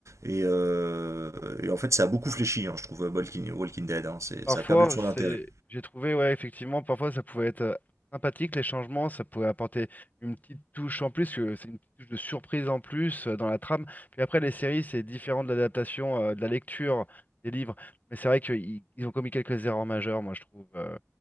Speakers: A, on the right; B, on the left.
A: Et, euh, et en fait, ça a beaucoup fléchi, hein, je trouve, Walking, Walking Dead. hein. C'est-
B: Parfois,
A: ça a perdu de son
B: c'est,
A: intérêt.
B: j'ai trouvé, ouais, effectivement, parfois ça pouvait être euh, sympathique les changements, ça pouvait apporter une petite touche en plus, que c'est une petite touche de surprise en plus euh, dans la trame. Puis après, les séries, c'est différent de l'adaptation, euh, de la lecture des livres. Mais c'est vrai qu'ils ils ont commis quelques erreurs majeures, moi je trouve. euh.